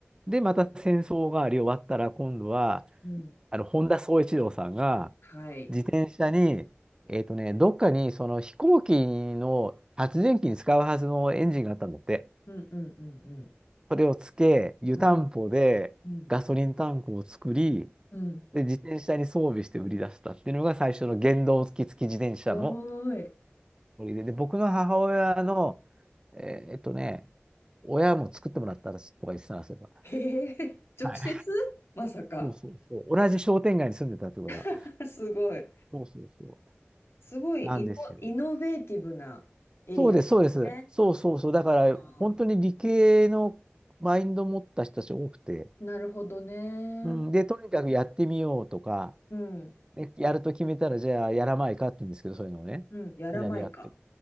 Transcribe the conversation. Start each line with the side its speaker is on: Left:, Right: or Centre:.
Right: で、また戦争があり終わったら今度は、
Left: うん。
Right: あの、本田宗一郎さんが、
Left: はい。
Right: 電車に、えっとね、どっかにその飛行機の発電機に使うはずのエンジンがあったんだって。
Left: うんうんうんうん。
Right: それをつけ、湯たんぽでガソリンタンクを作り、
Left: うんうんうん。
Right: で、自転車に装備して売り出したっていうのが最初の原動機付き自転車の
Left: おーい。
Right: ノリで、で、僕の母親の、えーっとね、親も作ってもらったらとか言ってたらそういえば。
Left: へえ、直接
Right: はい。
Left: まさか。
Right: そうそうそう。同じ商店街に住んでたってことから。
Left: <laughs> すごい。
Right: そうそうそ
Left: すごいイノ、
Right: う。なんですよ。
Left: イノベーティブなエリアだね。
Right: そうです、そうです。そうそうそう。だから、
Left: あ
Right: 本当に理系のマインドを持った人たち多くて、
Left: ーなるほどね。
Right: うん、で、とにかくやってみようとか、
Left: うん。
Right: ね、やると決めたら、じゃあやらないかって言うんですけど、そういうのをね、
Left: うん、やらないか。
Right: みんなでやって